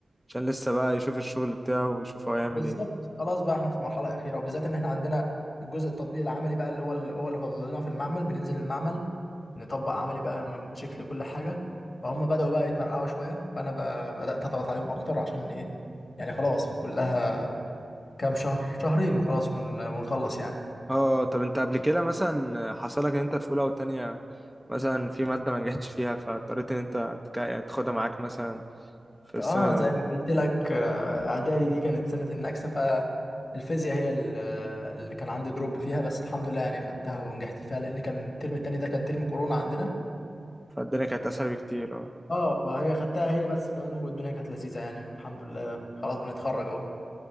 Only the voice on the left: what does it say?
بالظبط
خلاص بقى احنا في مرحله اخيره وبالذات ان احنا عندنا الجزء التطبيق العملي بقى اللي هو اللي هو اللي فاضل لنا في المعمل بننزل المعمل نطبق عملي بقى ونتشيك لكل حاجه فهم بداوا بقى يتمرقعوا شويه فانا ب- بدات اضغط عليهم اكتر عشان ايه يعني خلاص كلها كام شهر شهرين وخلاص ون- ونخلص يعني
اه
زي ما قلت لك آه، اعدادي دي كانت سنة النكسة فالفيزياء هي ال- اللي كان عندي دروب فيها بس الحمد لله يعني خدتها ونجحت فيها لان كان الترم التاني ده كان ترم كورونا عندنا
اه فهي خدتها هي بس كمان والدنيا كانت لذيذة يعني الحمد لله خلاص بنتخرج اهو